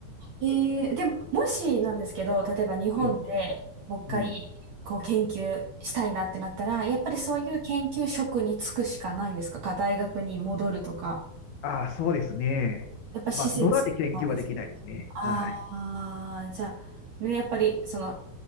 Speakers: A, on the right; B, on the left.
A: えー、でも、もしなんですけど、例えば日本でもう一回こう研究したいなってなったら、
B: <laughs> うん、うん。
A: やっぱりそういう研究職に就くしかないんですかか大学に戻るとか。
B: ああ、そうですね。
A: やっぱ施設はです。
B: まあ、野良で研究はできないですね。
A: ああ、
B: はい。
A: じゃあ、ね、やっぱりその